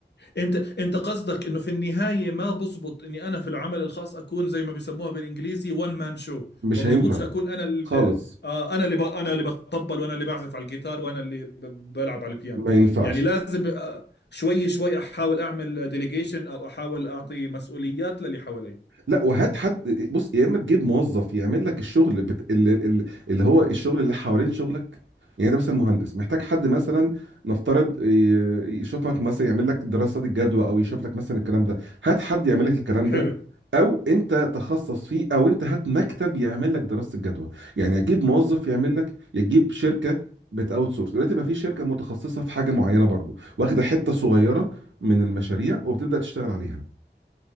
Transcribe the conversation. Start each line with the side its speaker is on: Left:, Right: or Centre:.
Left: انت انت قصدك انه في النهايه ما بزبط اني انا في العمل الخاص اكون زي ما بيسموها بالانجليزي وان مان شو
Right: مش
Left: ما بزبطش
Right: هينفع
Left: اكون انا اللي
Right: خالص
Left: آه انا اللي ب... انا اللي بطبل وانا اللي بعزف على الجيتار وانا اللي ب... بلعب على البيانو
Right: ما ينفعش
Left: يعني لازم آه شوي شوي احاول اعمل ديليجيشن او احاول اعطي مسؤوليات للي حوالي
Right: لا وهات حد بص يا اما تجيب موظف يعمل لك الشغل بت... اللي, اللي اللي هو الشغل اللي حوالين شغلك يعني انت مثلا مهندس محتاج حد مثلا نفترض ي- يشوفك مثلا يعمل لك دراسات الجدوى او يشوف لك مثلا الكلام ده هات حد يعمل لك الكلام
Left: حلو
Right: ده او انت تخصص فيه او انت هات مكتب يعمل لك دراسة الجدوى يعني اجيب موظف يعمل لك يجيب شركة بت اوت سورس دلوقتي بقى في شركة متخصصة في حاجة معينة برضو واخدة حتة صغيرة من المشاريع وبتبدأ تشتغل عليها